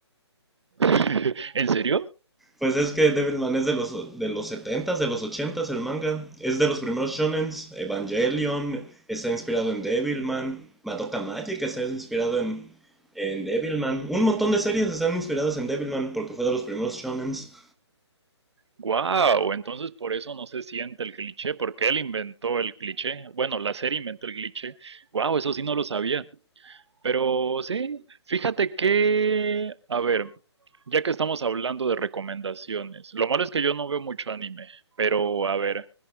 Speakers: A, on the right; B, in the centre.
A: <laughs> ¿En serio?
B: Pues es que Devilman es de los, de los setentas de los ochentas el manga. Es de los primeros shonens. Evangelion está inspirado en Devilman. Madoka Magic está inspirado en, en Devilman. Un montón de series están inspiradas en Devilman porque fue de los primeros shonens.
A: Wow, entonces por eso no se siente el cliché, porque él inventó el cliché. Bueno, la serie inventó el cliché. Wow, eso sí no lo sabía. Pero sí, fíjate que, a ver, ya que estamos hablando de recomendaciones, lo malo es que yo no veo mucho anime, pero a ver,